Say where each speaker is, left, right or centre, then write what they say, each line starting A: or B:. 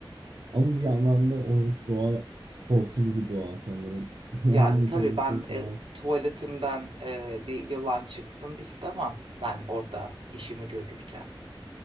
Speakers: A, on the right; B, on the right.
A: Ama bir yandan da oradaki doğa korkutucu bir doğa sanırım. <laughs> Yani
B: Yani
A: insanın
B: tabii
A: ister
B: ben
A: istemez
B: e, tuvaletimden e, bir yılan çıksın istemem ben orada işimi görürken.